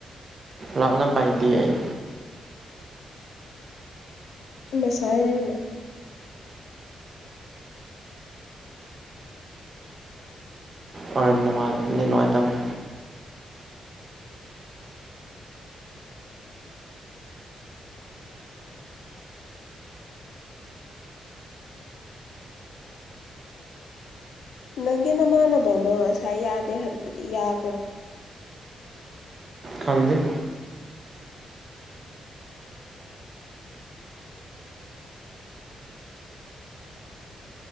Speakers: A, on the right; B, on the left.
A: ꯂꯥꯛꯅ ꯄꯥꯏꯗ ꯑꯩ
B: ꯃꯁꯥꯏ ꯑꯣꯏꯔꯃꯅꯤ
A: ꯑꯣꯏꯗ ꯃꯥ ꯅꯨꯡꯉꯥꯏ ꯇꯃꯦꯦ
B: ꯅꯪꯒꯤ ꯅꯃꯥꯟꯅꯕ ꯑꯃ ꯉꯁꯥꯏ ꯌꯥꯗꯦ ꯍꯥꯏꯕꯗꯨꯗꯤ ꯌꯥꯈ꯭ꯔꯕꯣ
A: ꯈꯪꯗꯦ